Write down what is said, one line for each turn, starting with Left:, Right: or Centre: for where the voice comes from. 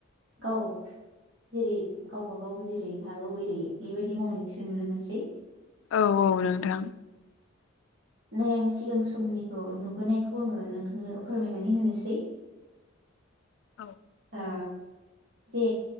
Right: गाव जेरै गावबा गाव जेरै हागौ एरै बेबायदि मावनायखौ नुनो मोनसै।
Left: औ औ नोंथां।
Right: नै आङो सिगां समनिखौ नुबोनायखौ आङो नोंथांनो फोरमायनानै होनोसै।
Left: औ।
Right: ओ जे